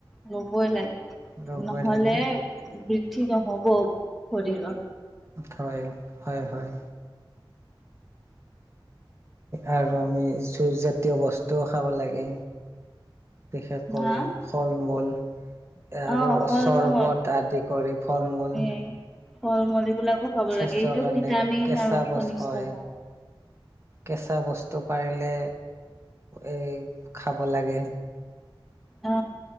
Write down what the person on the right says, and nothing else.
ল'বই
লাগে
হয় হয় হয় আৰু আমি জুচ জাতীয় বস্তুও খাব লাগে বিশেষ কৰি
ফল মূল আৰু
চৰ্বত
আদি কৰি ফল মূল
স্বাস্থ্যৰ
কাৰণে
কেঁচা
বস্তু
হয়
কেঁচা বস্তু পাৰিলে এ খাব লাগে